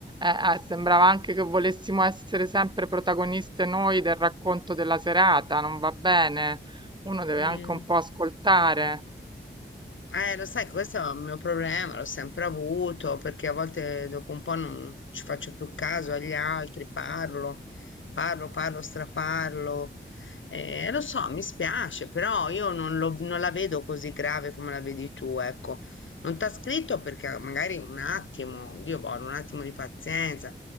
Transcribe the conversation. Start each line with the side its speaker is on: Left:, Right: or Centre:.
Right: eh, sembrava anche che volessimo essere sempre protagoniste noi del racconto della serata, non va bene. Uno deve
Left: Mm.
Right: anche un po' ascoltare.
Left: Eh, lo sai, che questo è un mio problema, l'ho sempre avuto, perché a volte dopo un po' non ci faccio più caso agli altri, parlo, parlo, parlo, straparlo. Eh, lo so, mi spiace, però io non, lo- non la vedo così grave come la vedi tu, ecco. Non t'ha scritto perché magari un attimo, Dio buono, un attimo di pazienza,